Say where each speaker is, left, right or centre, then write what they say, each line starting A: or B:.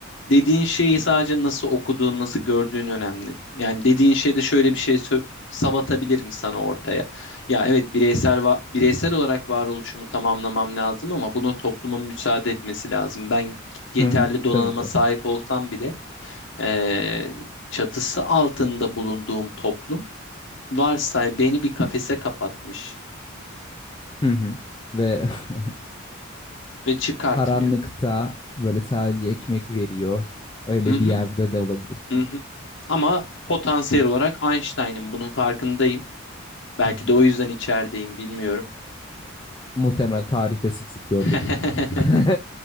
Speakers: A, on the left (about 65°); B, on the left (about 20°).
A: dediğin şeyi sadece nasıl okuduğun, nasıl gördüğün önemli. Yani dediğin şeyde şöyle bir şey sö- savatabilirim sana ortaya. Ya evet bireysel va- bireysel olarak varoluşumu tamamlamam lazım ama buna toplumun müsaade etmesi lazım. Ben yeterli
B: Hı hı.
A: donanıma
B: Tabii ki.
A: sahip olsam bile eee, çatısı altında bulunduğum toplum varsay beni bir kafese kapatmış
B: Hı hı. Ve <laughs>
A: ve çıkartmıyor.
B: karanlıkta böyle sadece ekmek veriyor. Öyle
A: Hı hı,
B: bir yerde de olabilirsin.
A: hı hı. Ama potansiyel olarak Einstein'ın bunun farkındayım. Belki
B: Hı hı.
A: de o yüzden içerideyim bilmiyorum.
B: Muhtemel tarihte sık sık gördük.
A: <laughs>
B: <laughs>